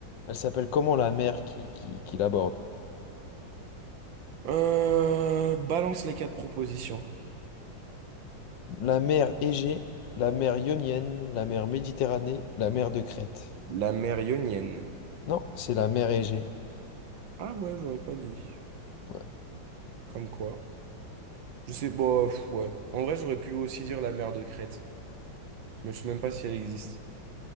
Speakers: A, on the left; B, on the right.
A: elle s'appelle comment la mer qui, qui, qui l'aborde?
B: Euh, balance les quatre propositions.
A: La mer Égée, la mer Ionienne, la mer Méditerranée, la mer de Crète.
B: La mer Ionienne.
A: Non, c'est la mer Égée.
B: Ah ouais, j'aurais pas dit.
A: Ouais.
B: Comme quoi. Je sais, bof, ouais. En vrai, j'aurais pu aussi dire la mer de Crète, mais je sais même pas si elle existe.